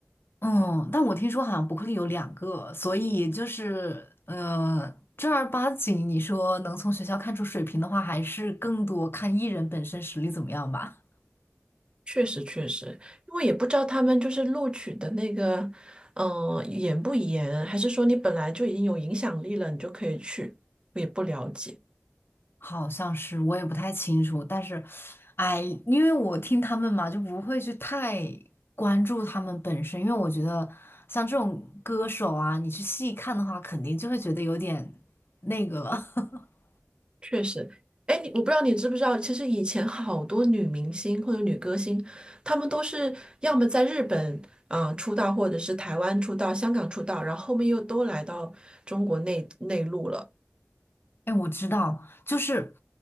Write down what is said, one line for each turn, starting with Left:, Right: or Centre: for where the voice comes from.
Left: 嗯，但我听说好像伯克利有两个，所以就是呃，正儿八经你说能从学校看出水平的话，还是更多看艺人本身实力怎么样吧。
Right: 确实，确实，因为也不知道他们就是录取的那个，嗯、严不严，还是说你本来就已经有影响力了，你就可以去，我也不了解。
Left: 好像是，我也不太清楚，但是，哎，因为我听他们嘛，就不会去太关注他们本身，因为我觉得像这种歌手啊，你去细看的话，肯定就会觉得有点那个了。<laughs>
Right: 确实，哎，你我不知道你知不知道，其实以前好多女明星或者女歌星，她们都是要么在日本啊、呃出道，或者是台湾出道、香港出道，然后后面又都来到中国内内陆了。
Left: 哎，我知道，就是，